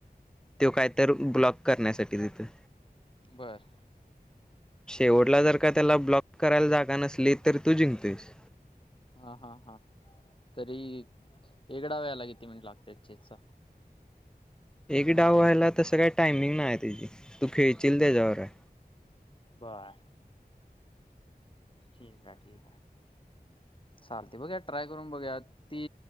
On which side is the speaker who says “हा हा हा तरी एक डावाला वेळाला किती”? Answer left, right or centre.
Left